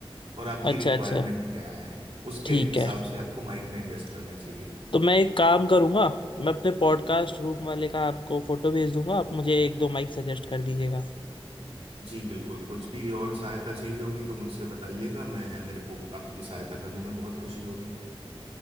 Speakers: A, on the right; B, on the left.
A: और आपकी
B: अच्छा
A: रिक्वायरमेंट
B: अच्छा
A: क्या है उसके
B: ठीक
A: हिसाब
B: है
A: से आपको माइक में इन्वेस्ट करना चाहिए
B: तो मैं एक काम करूंगा मैं अपने पॉडकास्ट रूम वाले का आपको फोटो भेज दूंगा आप मुझे एक दो माइक सजेस्ट कर दीजिएगा
A: जी बिल्कुल कुछ भी और सहायता चाहिए होगी तो मुझसे बताइएगा मैं मेरे को आपकी सहायता करने में बहुत खुशी होगी